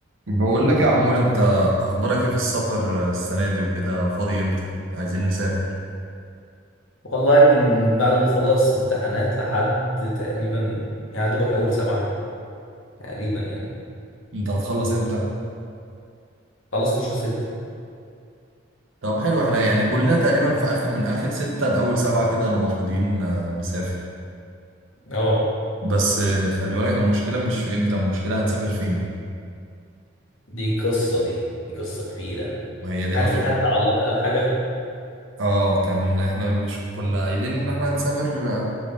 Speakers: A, on the right; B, on the left.
A: بقول لك يا عمور انت اخبارك ايه في السفر السنه دي وكده فاضي امتى عايزين نسافر
B: والله من بعد ما خلصت امتحانات لحد تقريبا يعني دوبك اول سبعة تقريبا يعني
A: انت هتخلص امتى
B: خلص 12 ستة
A: طب حلو احنا يعني كلنا تقريبا في اخر من اخر ستة لاول سبعة كده هنبقى فاضيين آه، نسافر
B: اه
A: بس آه، خلي بالك المشكله مش في امتى المشكله هنسافر فين
B: دي قصة دي دي قصة كبيرة
A: ما هي دي
B: هل
A: اكبر
B: في حد علق قال حاجة
A: اه كان احنا مش كنا قايلين ان احنا هنسافر آه،